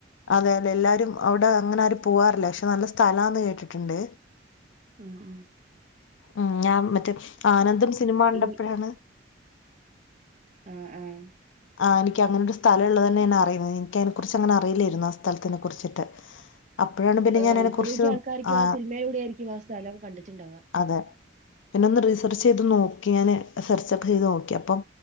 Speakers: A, on the left; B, on the right.
A: അതേലെ എല്ലാരും അവിടെ അങ്ങനെ ആരും പോവാറില്ല പഷേ നല്ല സ്ഥലാന്ന് കേട്ടിട്ട്ണ്ട്
B: ഉം ഉം
A: ഉം ഞാൻ മറ്റേ ആനന്ദം സിനിമ കണ്ടപ്പോഴാണ്
B: ഈ ആഹ് ആഹ്
A: ആ എനിക്ക് അങ്ങനെ ഒരു സ്ഥല ഉള്ളത്തന്നെെയാ അറിയുന്നത് എനിക്കതിനെ കുറിച്ച് അങ്ങനെ അറിയില്ലായിരുന്നു ആ സ്ഥലത്തിനെ കുറിച്ചിട്ട് അപ്പോഴാണ് പിന്നെ
B: ഏഹ്
A: ഞാന് അതിനെ
B: ഒട്ടുമിക്ക
A: കുറിച്ച്
B: ആൾക്കാർക്കും
A: ആ
B: സിനിമയിലൂടെ ആയിരിക്കും ആ സ്ഥലം കണ്ടിട്ടുണ്ടാവുക
A: അതെ പിന്നെ ഒന്ന് റീസർച്ച് ചെയ്ത് നോ ക്കി ഞാന് സെർച്ചൊക്കെ ചെയ്ത് നോക്കി അപ്പം